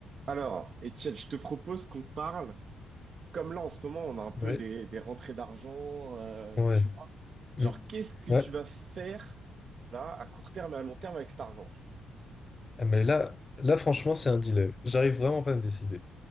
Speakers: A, on the right; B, on the left.
A: Alors, Étienne, je te propose qu'on parle, comme là en ce moment, on a un peu
B: Ouais,
A: des, des rentrées d'argent, euh,
B: ouais.
A: tu vois. Genre,
B: Mm.
A: qu'est-ce que
B: Ouais.
A: tu vas faire là, à court terme et à long terme avec cet argent?
B: Ah, Mais là, là, franchement, c'est un dilemme. J'arrive vraiment pas à me décider.